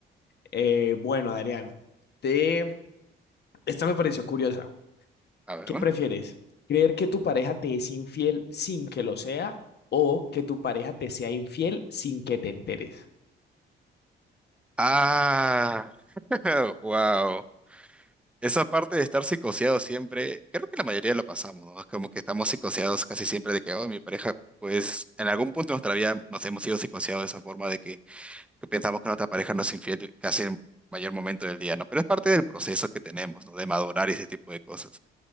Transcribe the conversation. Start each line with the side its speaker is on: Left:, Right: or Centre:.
Left: Eh, bueno, Adrián, te... esta me pareció curiosa.
Centre: A ver,
Left: ¿Qué
Centre: ¿no?
Left: prefieres? ¿Creer que tu pareja te es infiel sin que lo sea o que tu pareja te sea infiel sin que te enteres?
Centre: Ah, <laughs> wow. Esa parte de estar psicoseado siempre, creo que la mayoría lo pasamos, ¿no? Es como que estamos psicoseados casi siempre de que, oh, mi pareja, pues en algún punto de nuestra vida nos hemos sido psicoseados de esa forma de que, que pensamos que nuestra pareja nos es infiel casi en el mayor momento del día, ¿no? Pero es parte del proceso que tenemos, ¿no? De madurar y ese tipo de cosas.